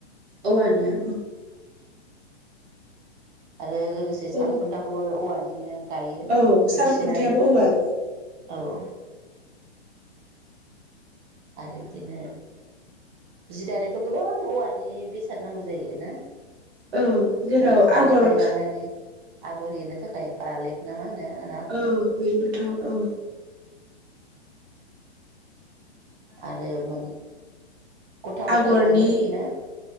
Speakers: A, on the right; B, on the right.
A: औवानिया
B: आरो लोगोसे सालखुन्थाखौबो
A: औ
B: औवानिनो गायो
A: औ साल
B: बांसिनानो
A: खुन्थायाबो औवानि
B: औ आरो बिदिनो जि दानायाथ' गोबां औवानि बेसाद नांगौ जायो ना
A: औ जेराव
B: गनसानिफ्राय
A: आगर
B: लानानै
A: खा
B: आगर एरनो थाखाय बालेबना मा होनो ना
A: औ बेखौथ' औ
B: आरो माने गथा गथा
A: आगरनि
B: गनबो होयोना